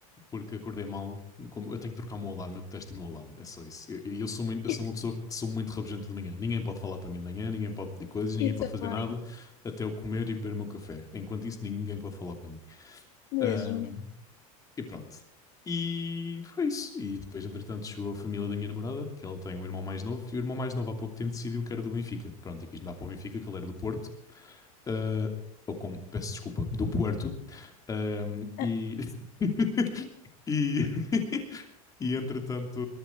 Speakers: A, on the left; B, on the left.
A: porque acordei mal. Como, eu tenho que trocar o meu alarme, eu detesto o meu alarme, é só isso. E eu, eu sou muito, eu
B: Eu
A: sou uma pessoa que sou muito rabugenta de manhã. Ninguém pode falar para mim de manhã, ninguém pode pedir coisas, ninguém
B: eu
A: pode
B: também,
A: fazer nada, até eu comer e beber o meu café. Enquanto isso, ninguém pode falar para mim.
B: mesmo.
A: Ahm, E pronto. E foi isso. E depois, entretanto, chegou a família da minha namorada, que ela tem um irmão mais novo, e o irmão mais novo há pouco tempo decidiu que era do Benfica. Pronto, e quis mudar para o Benfica, que ele era do Porto. Ah, ou como, peço desculpa, do Puerto. Ahm,
B: Ah,
A: e... <laughs> e... <laughs> e, entretanto,